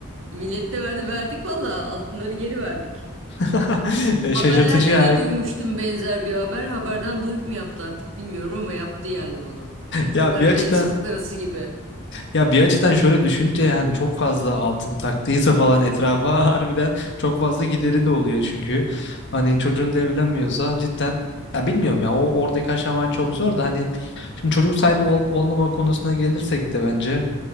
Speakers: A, on the right; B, on the left.
A: Millet de verdi. Verdik valla. Altınları geri verdik.
B: <laughs>
A: Haberlerde
B: Şaşırtıcı ya.
A: de duymuştum benzer bir haber. Haberden duyup mu yaptı artık bilmiyorum ama yaptı yani bunu.
B: Ya
A: Karadeniz
B: bir açıdan
A: fıkrası gibi.
B: Ya bir açıdan şöyle düşünce yani çok fazla altın taktıysa falan etrafa <laughs> harbiden çok fazla gideri de oluyor çünkü. Hani çocuğun da evlenmiyorsa cidden ya bilmiyorum ya o oradaki aşama çok zor da hani şimdi çocuk sahibi ol- olmama konusuna gelirsek de bence